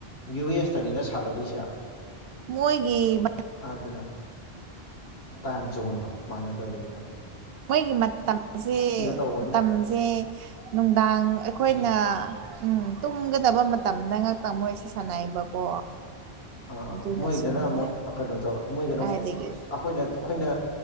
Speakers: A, on the left; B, on the right.
A: ꯌꯨ ꯑꯦꯁꯇꯅꯤꯅ ꯁꯥꯟꯅꯔꯤꯁꯦ
B: ꯃꯣꯏꯒꯤ ꯃ
A: ꯑꯗꯨꯅ ꯇꯥꯏꯝ ꯖꯣꯟꯗꯣ ꯃꯥꯟꯅꯗꯕꯅꯤꯅꯥ
B: ꯃꯣꯏꯒꯤ ꯃꯇꯝꯖꯦ
A: ꯇꯧꯕꯅꯤꯅ
B: ꯃꯇꯝꯖꯦ ꯅꯨꯡꯗꯥꯡ ꯑꯩ ꯑꯩꯈꯣꯏꯅꯥ
A: ꯎꯝ
B: ꯎꯝ ꯇꯨꯝꯒꯗꯕ ꯃꯇꯝꯗ ꯉꯛꯇ ꯃꯣꯏꯁꯦ ꯁꯥꯟꯅꯩꯕꯀꯣ
A: ꯑꯥ
B: ꯑꯗꯨꯅꯁꯨꯅꯤꯗ
A: ꯃꯣꯏꯗꯅ ꯑꯃꯨꯛ ꯀꯩꯅꯣ ꯇꯧꯕ ꯃꯣꯏꯗꯅ
B: ꯀꯥꯏꯗꯒꯤ
A: ꯑꯃꯨꯛ ꯑꯩꯈꯣꯏꯅ ꯑꯩꯈꯣꯏꯅ